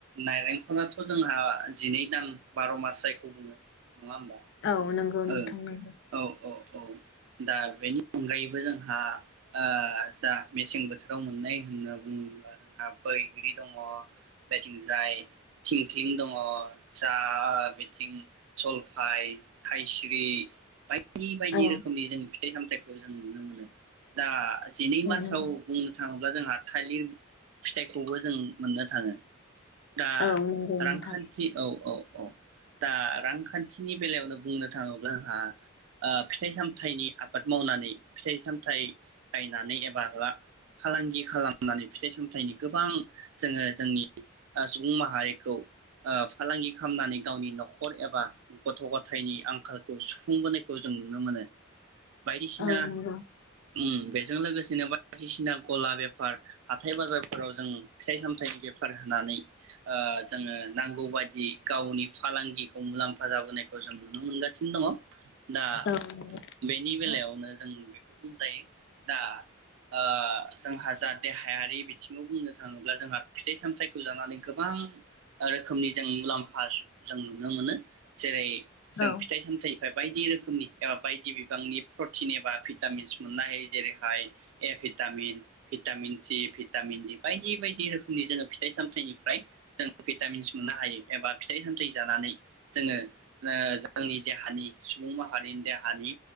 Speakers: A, on the right; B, on the left.
A: नारेंखलाथ' जोंना जिनैदान <unintelligible> मास जायखौ बुङो। नङा होमबा
B: औ नंगौ नोंथां
A: ओं
B: नंगौ
A: औ औ औ दा बेनि अनगायैबो जोंहा ओ दा मेसें बोथोराव मोननाय होनना बुङोब्ला जोंहा बैग्रि दङ बेथिंजाय थिंख्लिं दङ जा आ बि थिं जलफाय थायस्रि बायदि बायदि
B: औ
A: रोखोमनि जों फिथाइ सामथाइखौ जों नुनो मोनो। दा जिनै मासाव
B: नंगौ
A: बुंनो थाङोब्ला जोंहा थालिर फिथाइखौबो जों मोननो थाङो। दा
B: औ नंगौ नोंथां
A: रांखान्थि औ औ। औ दा रांखान थिनि बेलायावनो बुंनो थाङोब्ला ओंहा ओ फिथाइ सामथायनि आबाद मावनानै फिथाइ-सामथाइ गायनानै एबा ला फालांगि खालामनानै फिथाइ-सामथाइनि गोबां जोङो जोंनि ओ सुबुं माहारिखौ ओ फालांगि खामनानै गावनि न'खर एबा गथ' गथायनि आंखाल खौ सुफुंबोनायखौ जों नुनो मोनो। बायदिसिना
B: औ नंगौ
A: उम बेजों लोगोसेनो बायदिसिना गला बेफार हाथाय बाजारफोराव जों फिथाइ सामथायाइनि बेफार होनानै ओ जोङो नांगौ बाय दि गावनि फालांगिखौ मुलाम्फा जाबोनायखौ जों नुनो मोनगासिनो दङ। दा
B: औ नंगौ
A: बेनि बेलायावनो जों बेखौ बुंजायो दा ओ जोंहा जा देहायारि बिथिंआव बुंनो थाङोब्ला जोंहा फिथाइ सामथाइखौ जानानै गोबां रोखोमनि जों मुलाम्फ पास जों नुनो मोनो जेरै - जों
B: औ
A: फिथाइ सामथाय फ्राय बायदि रोखोमनि एबा बायदि बिबांनि प्रटिन एबा भिटामिनस मोननो हायो जेरैहाय ए vitamin vitamin C vitamin E बायदि बायदि रोखोमनि जोङो फिथाइ सामथाइनिफ्राय जोङो भिटामिनस मोननो हायो एबा फिथाइ सामथाइ जानानै जोङो ओ जोंनि देहानि सुबुं माहारिनि देहानि